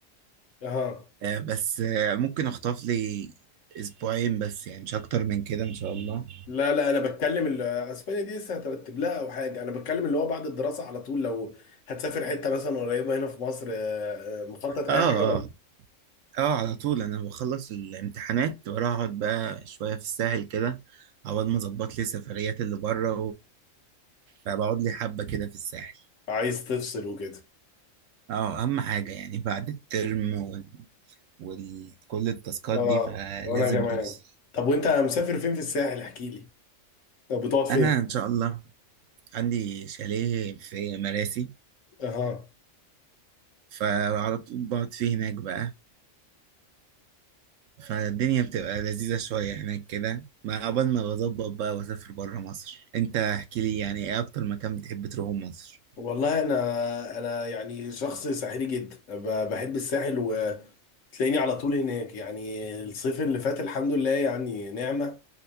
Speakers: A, on the left; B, on the right.
A: اها
B: آه، بس آه، ممكن أخطف لي أسبوعين بس يعني مش أكتر من كده إن شاء الله
A: لا لا انا بتكلم ال- اسبانيا دي لسه هترتب لها او حاجه انا بتكلم اللي هو بعد الدراسه على طول لو هتسافر حته مثلا قريبه هنا في مصر آه، آه، مخطط اي
B: اه
A: حاجه ولا
B: اه اه على طول أنا بخلص الامتحانات وأروح أقعد بقى شوية في الساحل كده أول ما أظبط لي سفريات اللي بره وبقعد لي حبة كده في الساحل
A: عايز تفصل وكده
B: اه اهم حاجة يعني بعد الترم وال... وكل التاسكات
A: اه
B: دي فلازم
A: وانا كمان
B: تفصل
A: طب وانت مسافر فين في الساحل احكي لي طب بتقعد فين
B: انا ان شاء الله عندي شاليه في مراسي
A: اها
B: فعلى طول بقعد فيه هناك بقى فالدنيا بتبقى لذيذة شوية هناك كده ما قبل ما بظبط بقى واسافر برا مصر انت احكي لي يعني ايه اكتر مكان بتحب تروحه مصر
A: والله انا انا يعني شخص ساحلي جدا ب- بحب الساحل وتلاقيني على طول هناك يعني الصيف اللي فات الحمد لله يعني نعمه